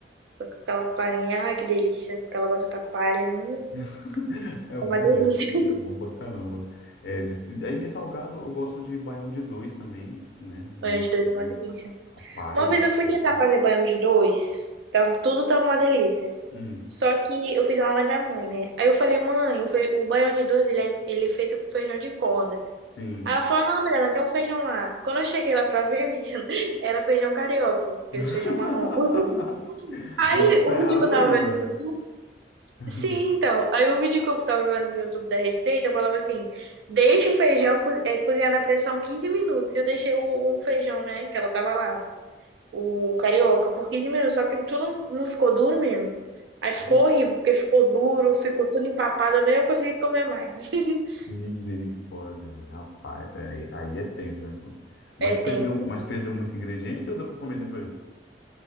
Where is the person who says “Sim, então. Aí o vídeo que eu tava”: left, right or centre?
Right